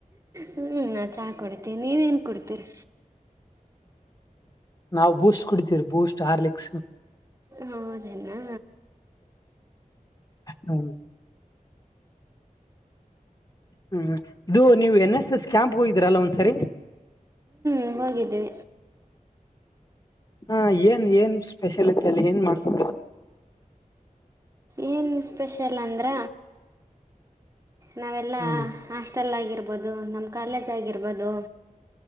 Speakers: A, on the right; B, on the left.
A: ಹ್ಮ ನಾ ಚಾ ಕುಡಿತೀನ್ ನೀವ್ ಏನ್ ಕುಡಿತಿರ್.
B: ನಾವು ಬೂಸ್ಟ್ ಕುಡಿತೀವ್ರಿ ಬೂಸ್ಟ್ ಹಾರ್ಲಿಕ್ಸ್
A: ಹೌದೇನಾ
B: ಹ್ಮ ಹ್ಮ್ ಇದು ನೀವು ಎನ್ ಎಸ್ ಎಸ್ ಕ್ಯಾಂಪ್ ಹೋಗಿದೀರಲ್ಲ ಒಂದ್ಸರಿ,
A: ಹ್ಮ್ ಹೋಗಿದ್ವಿ
B: ಹಾ ಏನ್ ಏನ್ ಸ್ಪೆಷಲ್ ಇತ್ತಲ್ಲಿ ಏನ್ ಮಾಡಸ್ದ್ರು.
A: ಏನು ಸ್ಪೆಷಲ್ ಅಂದ್ರ ನಾವೆಲ್ಲ
B: ಹ್ಮ್
A: ಹಾಸ್ಟೆಲ್ ಆಗಿರ್ಬೋದು ನಮ್ಮ ಕಾಲೇಜ್ ಆಗಿರ್ಬೋದು